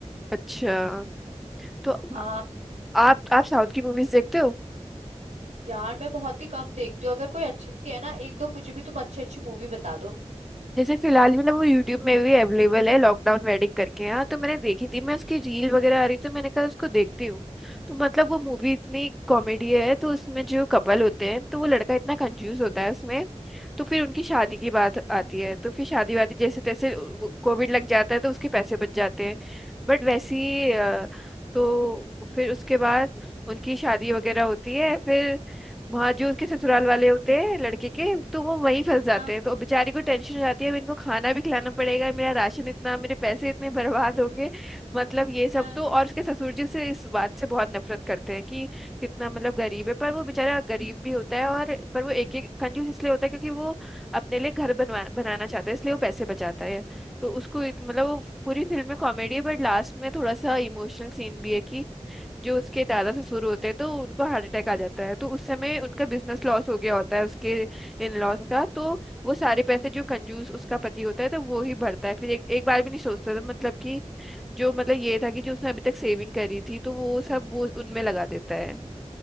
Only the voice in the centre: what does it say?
अच्छा तो
आ- आप आप साउथ की मूवीज देखते हो
जैसे फिलहाल मतलब वो यूट्यूब में भी अवेलेबल है लॉकडाउन वेडिंग करके यहाँ तो मैंने देखी थी मैं उसकी रील वगैरह आ रही तो मैंने कहा उसको देखती हूँ तो मतलब वो मूवी इतनी कॉमेडी है तो उसमें जो कपल होते हैं तो वो लड़का इतना कंफ्यूज होता है उसमें तो फिर उनकी शादी की बात आती है तो फिर शादी वादी जैसे तैसे कोविड लग जाता है तो उसके पैसे बच जाते हैं बट वैसी अ, तो फिर उसके बाद उनकी शादी वगैरह होती है फिर वहाँ जो उसके ससुराल वाले होते हैं लड़के के तो वो वहीं फंस जाते
हैं तो बेचारी को टेंशन हो जाती है अब इनको खाना भी खिलाना पड़ेगा मेरा राशन इतना मेरे पैसे इतने बर्बाद होंगे मतलब ये सब
तो और उसके ससुर जी से इस बात से बहुत नफरत करते हैं कि कितना मतलब गरीब है पर वो बेचारा गरीब भी होता है और पर वो एक एक कंजूस इसलिए होता है क्योंकि वो अपने लिए घर बनवा बनाना चाहता है इसलिए वो पैसे बचाता है तो उसको इत- मतलब वो पूरी फिल्म में कॉमेडी है बट लास्ट में थोड़ा सा इमोशनल सीन भी है कि जो उसके दादा से शुरू होते हैं तो उनको हार्ट अटैक आ जाता है तो उस समय उनका बिजनेस लॉस हो गया होता है उसके इन लॉस का तो वो सारे पैसे जो कंजूस उसका पति होता है तो वो ही भरता है फिर एक एक बार भी नहीं सोचता था मतलब कि जो मतलब ये था कि जो उसने अभी तक सेविंग करी थी तो वो सब वो उनमें लगा देता है